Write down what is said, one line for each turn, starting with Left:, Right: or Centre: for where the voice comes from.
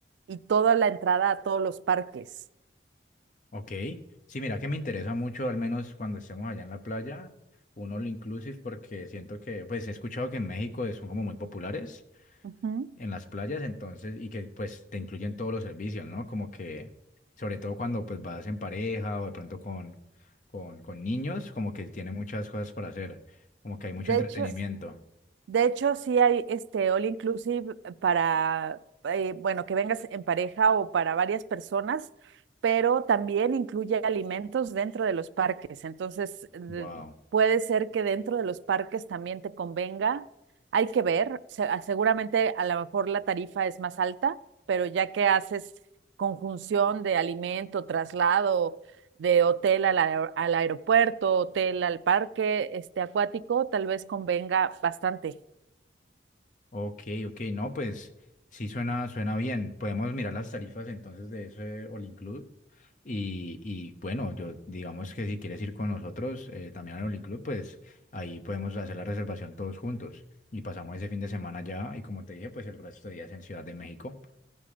Right: y toda la entrada a todos los parques.
Left: Ok. Sí, mira que me interesa mucho, al menos cuando estemos allá en la playa, un all inclusive, porque siento que, pues he escuchado que en México son como muy populares.
Right: Ujú.
Left: en las playas, entonces, y que pues te incluyen todos los servicios, ¿no? Como que, sobre todo cuando pues vas en pareja o de pronto con, con, con niños, como que tiene muchas cosas para hacer, como que hay mucho
Right: De
Left: entretenimiento.
Right: hecho, De hecho, sí hay este all inclusive para, eh, bueno, que vengas en pareja o para varias personas, pero también incluye alimentos dentro de los parques. Entonces, de-
Left: Wow.
Right: puede ser que dentro de los parques también te convenga. Hay que ver, se- ah, seguramente a lo mejor la tarifa es más alta, pero ya que haces conjunción de alimento, traslado, de hotel al, aer- al aeropuerto, hotel al parque este acuático, tal vez convenga bastante.
Left: Ok, ok, no, pues sí suena, suena bien. Podemos mirar las tarifas entonces de ese All Include Y, y, bueno, yo digamos que si quieres ir con nosotros eh, también al All Club, pues ahí podemos hacer la reservación todos juntos. Y pasamos ese fin de semana ya y como te dije, pues el resto de días en Ciudad de México.